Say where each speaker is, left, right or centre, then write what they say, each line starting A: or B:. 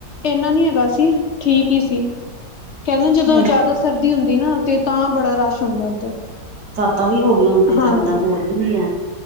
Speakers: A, on the left; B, on the right.
A: ਏਨਾ ਨੀ ਹੈਗਾ ਸੀ ਠੀਕ ਈ ਸੀ। ਕਹਿੰਦੇ ਜਦੋਂ
B: ਹੂੰ
A: ਜਾਦਾ ਸਰਦੀ ਹੁੰਦੀ ਨਾ ਤੇ ਤਾਂ ਬੜਾ ਰਸ਼ ਹੁੰਦਾ ਉੱਧਰ।
B: ਤਾਂ ਵੀ ਹੋ ਗਈਆ ਹੁਣ ਤੇ
A: ਹਾਂਜੀ,
B: ਜਾਣ ਦਾ ਮਾਹੌਲ ਵੀ ਨੀ ਹੈ।